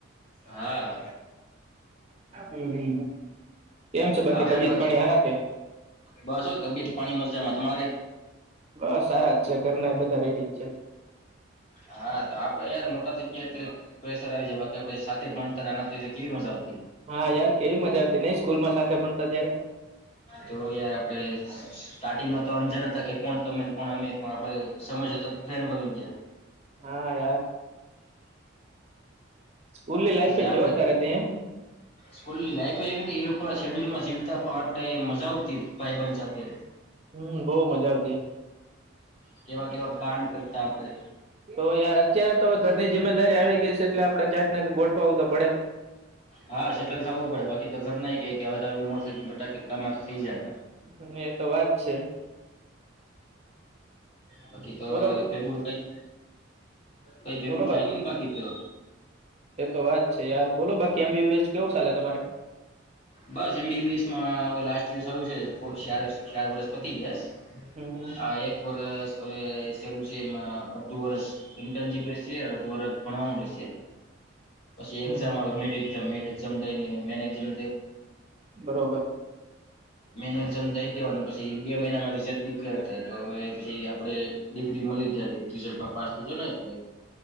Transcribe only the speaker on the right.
હમ કેમ છે બાકી
તબિયત
પાણી હારા કે
બસ સારા જ છે, ઘરના એ બધા રેડી જ છે.
હા યાર કેવી મજા આવતી નઈ સ્કૂલમાં સાથે ભણતા ત્યારે
હા યાર સ્કૂલની લાઈફ
એ
જોરદાર હતી હે
હમ બહુ મજા આવતી
તો યાર અત્યારે તો હવે ઘરની જિમ્મેદારી આવી ગઈ સે એટલે આપડે ક્યાંક ને ક્યાંક ગોઠવાવું તો પડે
અને એ તો વાત છે
બોલો
બોલો
બા
એ તો વાત છે યાર બોલો બા કેમ એમ બી બી એસ કેવું ચાલે તમારે?
હમ હમ
હમ
બરોબર.